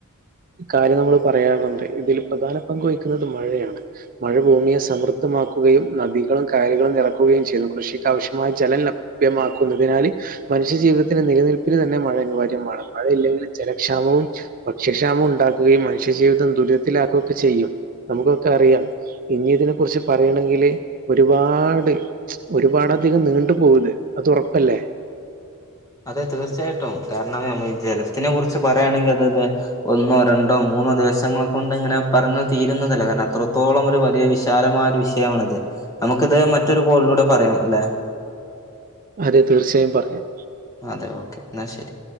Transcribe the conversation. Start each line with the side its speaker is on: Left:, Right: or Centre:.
Right: കാര്യം നമ്മൾ പറയാറ്ണ്ട് ഇതില് പ്രധാന പങ്ക് വഹിക്കുന്നത് മഴയാണ് മഴ ഭൂമിയെ സമൃ ദ്ധമാക്കുകയും നദികളും കായലുകളും നിറക്കുകയും ചെയ്യുന്നു കൃഷിക്കാവശ്യമായ ജലം ലഭ്യമാക്കുന്നതിനാല് മനുഷ്യജീവിതത്തിന് നിലനിൽപ്പിന് തന്നെ മഴ അനിവാര്യമാണ് മഴയില്ലെങ്കിൽ ജലക്ഷാമവും ഭ ക്ഷ്യക്ഷാമം ഉണ്ടാക്കുകയും മനുഷ്യജീവിതം ദുരിതത്തിലാക്കുക്കെ ചെയ്യും നമുക്കൊക്കെ അറിയാം ഇഞി ഇതിനെ കുറിച്ച് പറയണെ ങ്കില് ഒരുപാട് ച് ഒരുപാട ധികം നീണ്ടു പോകുത് അത് ഒറപ്പല്ലേ
Left: അതെ തീർച്ചായിട്ടും കാരണം ഞമ്മളി ജലത്തിനെ കുറിച്ച് പറയാണെങ്കി അതത് ഒന്നോ ര ണ്ടോ മൂന്നോ ദിവസങ്ങൾ കൊണ്ട് ങ്ങനെ പറഞ്ഞ തീരുന്നതല്ല കാരണം അത്രത്തോളം ഒരു വലിയ വിശാലമായ ഒരു വിഷയമാണത് നമുക്കിത് നെ മറ്റൊരു കോളി ലൂടെ പറയാം അല്ലെ
Right: അതെ തീർച്ചായും പറയാം
Left: അതെ ഓക്കെ ന്നാ ശെരി